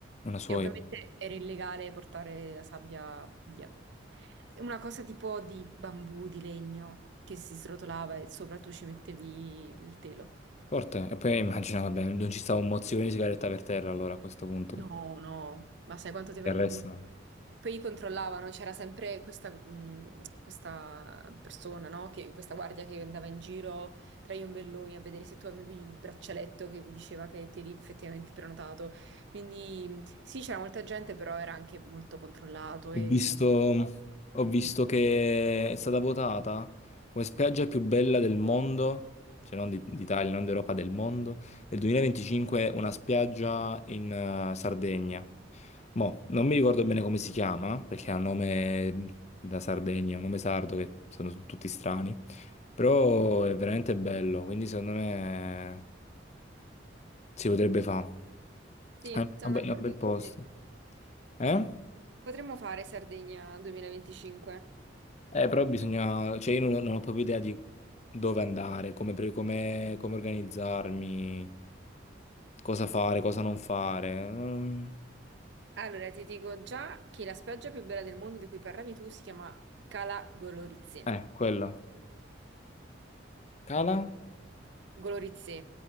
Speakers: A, on the left (about 35°); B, on the right (about 65°).
A: Una soia.
B: E ovviamente era illegale portare la sabbia via. Una cosa tipo di bambù, di legno, che si srotolava e sopra tu ci mettevi il telo.
A: Forte. E poi immagino, vabbè, non ci stava un mozzicone di sigaretta per terra allora a questo punto.
B: No, no, ma sai quanto ti avrebbero
A: Il resto.
B: multato?
A: no.
B: Poi controllavano, c'era sempre questa, mh, questa persona, no? Che- questa guardia che andava in giro tra gli ombelloni a vedere se tu avevi il braccialetto che diceva che ti eri effettivamente prenotato. Quindi mh, sì, c'era molta gente, però era anche molto controllato e...
A: Ho visto, ho
B: <laughs>
A: visto che è stata votata come spiaggia più bella del mondo, cioè non di- d'Italia, non d'Europa, del mondo, nel 2025 una spiaggia in eh, Sardegna. Mo, non mi ricordo bene come si chiama, perché ha un nome da Sardegna, un nome sardo che sono tutti strani, però è veramente bello, quindi secondo me si potrebbe fare.
B: Sì,
A: È un
B: sono d'accordo
A: è un bel posto.
B: con te.
A: Eh?
B: Potremmo fare Sardegna 2025.
A: Eh, però bisogna, cioè io non, non ho proprio idea di dove andare, come, pre- come- come organizzarmi, cosa fare, cosa non fare. Mm.
B: Allora, ti dico già che la spiaggia più bella del mondo di cui parlavi tu si chiama Cala Golorizze.
A: Eh, quello. Cala?
B: Golorizze.